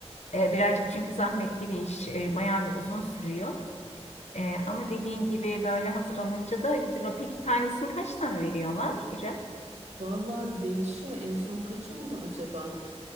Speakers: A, on the left; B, on the right.
A: Ee, birazcık çünkü zahmetli bir iş. Ee, bayağı bir uzun sürüyor. Ee, ama dediğin gibi böyle hazır alınca da güzel oluyor. Peki tanesini kaç tane veriyorlar İrem?
B: Valla değişiyor. En son kaç oldu acaba?